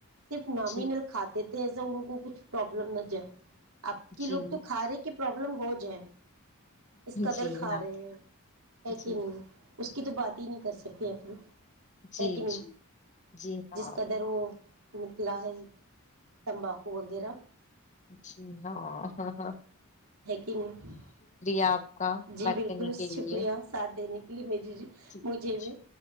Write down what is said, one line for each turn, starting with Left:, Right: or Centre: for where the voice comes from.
Right: صرف نامینل
Left: جی
Right: کھاتے ایزا ان کو کچھ پرابلم نہ جائے آپ کے
Left: جی
Right: لوگ تو کھا رہے کہ پرابلم ہو جائے اس قدر
Left: جی
Right: کھا
Left: ہاں
Right: رہے ہیں ہے
Left: جی
Right: کہ نہیں اس کی تو بات ہی نہیں کر سکتے اپنی
Left: جی
Right: ہے کہ نہیں
Left: جی جی ہاںے
Right: جس قدر وہ نکلا ہے تمباکو وغیرہ
Left: جی ہاں ہ ہاں
Right: ہے کہ نہیں
Left: آپ کا
Right: جی
Left: بات
Right: بالکل
Left: کرنے
Right: شکریہ
Left: کے لیے
Right: ساتھ دینے کے لیے مری
Left: چ
Right: مجھے بھی
Left: چ